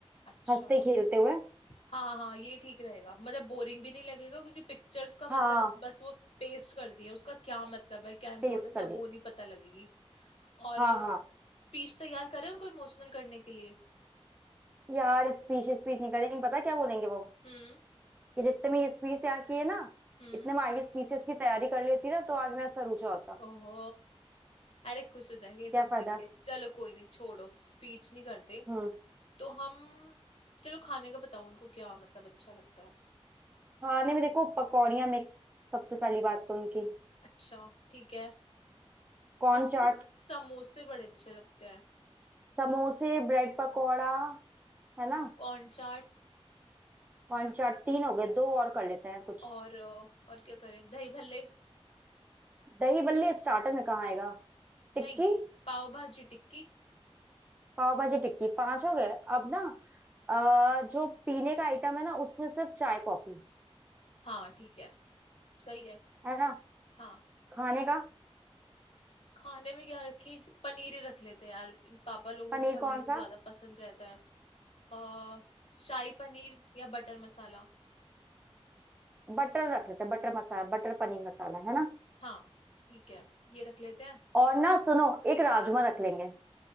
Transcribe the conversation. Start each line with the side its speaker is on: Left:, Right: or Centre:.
Left: अच्छा
Right: हंसते खेलते हुए
Left: हाँ हाँ ये ठीक रहेगा मतलब बोरिंग भी नहीं लगेगा क्योंकि पिक्चर्स का मतलब
Right: हाँ
Left: है बस वो पेस्ट कर दिया उसका क्या मतलब है क्या इंपॉर्टेंस
Right: पेस्ट कर
Left: है
Right: दिए
Left: वो नहीं पता लगेगी और
Right: हाँ हाँ
Left: स्पीच तैयार करें उनको इमोशनल करने के लिए
Right: यार स्पीच स्पीच नहीं करेंगे पता क्या बोलेंगे वो
Left: हम्म
Right: कि जितने में ये स्पीच तैयार किए ना
Left: हम्म
Right: इतने में आगे स्पीचेस की तैयारी कर लेती ना तो आज मेरा सर ऊंचा होता
Left: ओहो अरे खुश हो जाएंगे ये सब
Right: क्या फायदा
Left: देख के चलो कोई नहीं छोड़ो स्पीच नहीं करते
Right: हम्म।
Left: तो हम चलो खाने का बताओ उनको क्या मतलब अच्छा लगता है
Right: खाने में देखो पकौड़ियाँ मिक्स सबसे पहली बात तो उनकी
Left: अच्छा ठीक है
Right: कॉर्न
Left: और उनको
Right: चाट
Left: समोसे बड़े अच्छे लगते हैं
Right: समोसे ब्रेड पकौड़ा है ना
Left: कॉर्न चाट
Right: कॉर्न चाट तीन हो गए दो और कर लेते हैं कुछ
Left: और अ, और क्या करें दही भल्ले
Right: दही बल्ले स्टार्टर में कहाँ आएगा टिक्की
Left: नहीं पाव भाजी टिक्की
Right: पाव भाजी टिक्की पांच हो गए अब ना अ, जो पीने का आइटम है ना उसमें सिर्फ चाय कॉफी
Left: हाँ ठीक है सही है
Right: है ना
Left: हाँ
Right: खाने का
Left: खाने में क्या रखे पनीर ही रख लेते हैं यार इन पापा लोगों
Right: पनीर
Left: को पनीर
Right: कौन
Left: ही ज्यादा
Right: सा
Left: पसंद रहता है आ, शाही पनीर या बटर मसाला
Right: बटर रख लेते हैं बटर मसाला बटर पनीर मसाला है ना
Left: हाँ ठीक है ये रख लेते हैं
Right: और ना सुनो एक राजमा रख लेंगे